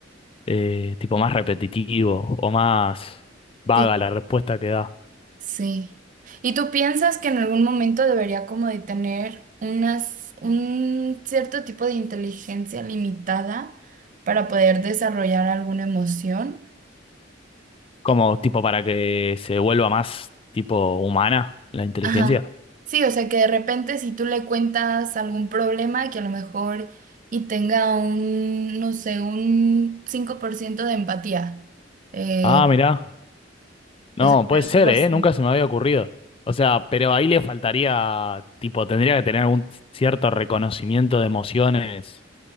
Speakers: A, on the left (about 30°); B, on the right (about 45°).
A: Eh, tipo más repetitivo o más vaga
B: Sí,
A: la respuesta que da.
B: sí. ¿Y tú piensas que en algún momento debería como de tener unas, un cierto tipo de inteligencia limitada para poder desarrollar alguna emoción?
A: Como tipo para que se vuelva más tipo humana la inteligencia.
B: Ajá. Sí, o sea que de repente si tú le cuentas algún problema que a lo mejor y tenga un, no sé, un 5% de empatía. eh,
A: Ah, mirá. No,
B: o sea,
A: puede
B: pero
A: ser,
B: algo así.
A: ¿eh? Nunca se me había ocurrido. O sea, pero ahí le faltaría, tipo, tendría que tener algún cierto reconocimiento de emociones